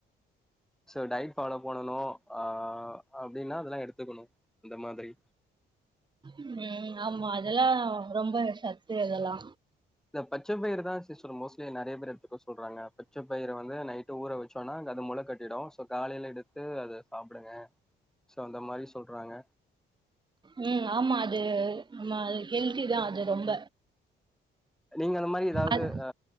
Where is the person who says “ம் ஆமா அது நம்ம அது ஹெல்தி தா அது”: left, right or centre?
Right